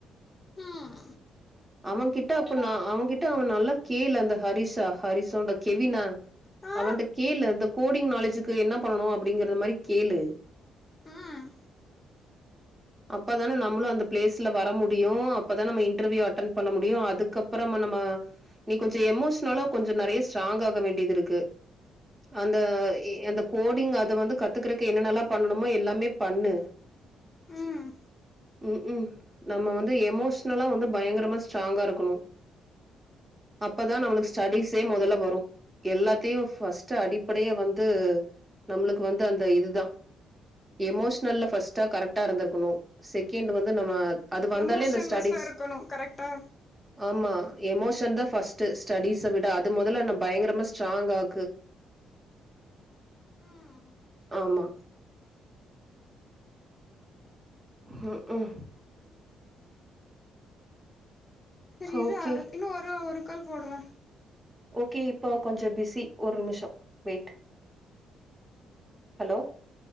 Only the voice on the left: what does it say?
ம்
ஆ
ம்
ம்
எமோஷன்
லெஸ்ஸா இருக்கணு கரெக்ட்டா
ம்
அ செரி இருடா
இன்னு ஒரு ஒரு கால் போட்றே